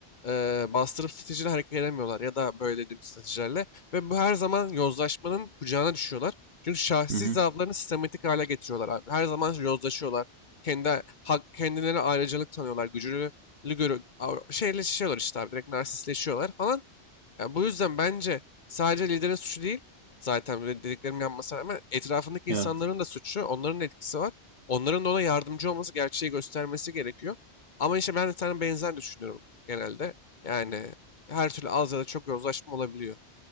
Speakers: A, on the left; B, on the right.
A: eee, bastırıp stratejiyle hareket edemiyorlar ya da böyle dediğim stratejilerle. Ve bu her zaman yozlaşmanın kucağına düşüyorlar. Çünkü şahsi
B: Hı hı.
A: zaaflarını sistematik hale getiriyorlar abi. Her zaman yozlaşıyorlar. Kendi hak, kendilerine ayrıcalık tanıyorlar. Gücünü görü, av- şeyleşiyorlar işte abi. Direkt narsistleşiyorlar falan. Yani bu yüzden bence sadece liderin suçu değil, Zaten böyle dediklerimi yapmasına rağmen etrafındaki
B: Evet.
A: insanların da suçu, onların da etkisi var. Onların da ona yardımcı olması, gerçeği göstermesi gerekiyor. Ama işte ben de sana benzer düşünüyorum genelde. Yani her türlü az ya da çok yozlaşma olabiliyor.